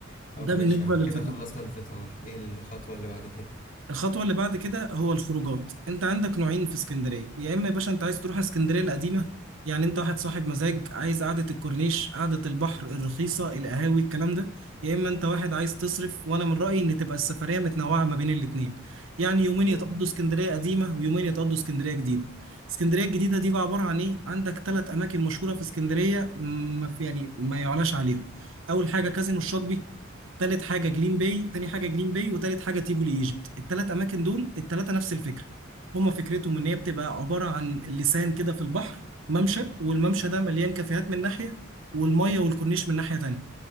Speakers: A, on the left; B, on the right.
A: طب
B: ده
A: ماشي
B: بالنسبه
A: يا عم
B: للفطار
A: كده خلصنا الفطار ايه الخطوة اللي بعد كده
B: الخطوة اللي بعد كده هو الخروجات انت عندك نوعين في اسكندرية يا اما يا باشا انت عايز تروح اسكندرية القديمة يعني انت واحد صاحب مزاج عايز قعدة الكورنيش قعدة البحر الرخيصة القهاوي الكلام ده يا اما انت واحد عايز تصرف وانا من رأيي ان تبقى السفرية متنوعة ما بين الاتنين يعني يومين يتقضوا
A: اه
B: اسكندرية قديمة ويومين يتقضوا اسكندرية جديدة اسكندرية الجديدة دي بقى عبارة عن ايه عندك ثلاث اماكن مشهورة في اسكندرية ما في يعني ما يعلاش عليهم اول حاجة كازينو الشاطبي تالت حاجه جليم باي تاني حاجه جليم باي وتالت حاجه تيفولي ايجيبت التلات اماكن دول التلاته نفس الفكره هما فكرتهم ان هي بتبقى عباره عن لسان كده في البحر ممشى والممشى ده مليان كافيهات من ناحيه والميه والكورنيش من ناحيه تانيه